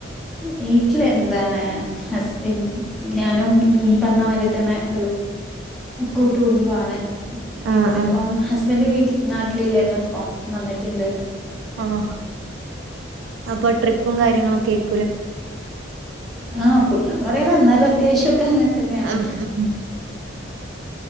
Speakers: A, in the centre; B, on the right.
A: വീട്ടില് എന്താണ് ഹസ് ഇം ഞാനും ഉം പറഞ്ഞ മാതിരി തന്നെ ഒരു കൂട്ടുകടുംബ ആണ്.
B: ആഹ്
A: ഇവിടെ
B: ആഹ്
A: ഇപ്പം ഹസ്ബൻഡ് വീട്ടിൽ നാട്ടിലില്ലായിരിന്നു ഇപ്പം വന്നിട്ട്ണ്ട്
B: ആഹ്. അപ്പം ട്രിപ്പും കാര്യങ്ങള് ഒക്കേര്
A: ആഹ് ഫുള്ളാന്ന് പറയാന എന്നാലും അത്യാവശ്യം ഒക്കെ അങ്ങൻ തന്നേണ്.
B: ഉം ഉം